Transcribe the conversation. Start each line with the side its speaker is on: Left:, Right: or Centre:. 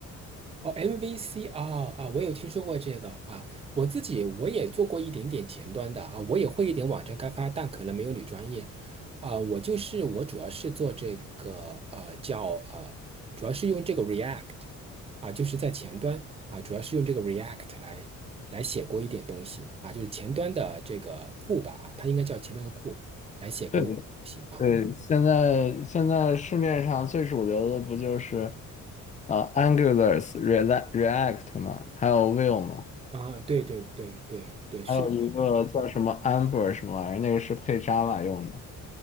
Right: 哦，MVC 啊啊，我有听说过这个啊，我自己我也做过一点点前端的啊，我也会一点网站开发，但可能没有你专业啊。我就是我主要是做这个呃叫呃，主要是用这个 React 啊，就是在前端啊，主要是用这个 React 来来写过一点东西啊，就是前端的这个库吧啊，它应该叫前端的库来写过一些东西啊
Left: 对对，现在现在市面上最主流的不就是呃 Angular、React、React 嘛，还有 Vue 嘛，
Right: 啊，对对对对对，是
Left: 还有一个叫什么 Amber 什么玩意儿，那个是配 Java 用的，